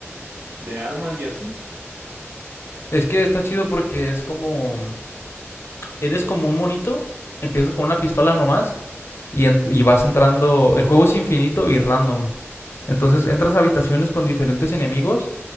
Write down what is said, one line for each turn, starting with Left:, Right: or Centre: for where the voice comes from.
Right: de armas y así.
Left: Es que está chido porque es como... Eres como un monito, empiezas con una pistola nomás y, en- y vas entrando, el juego es infinito y random. Entonces entras a habitaciones con diferentes enemigos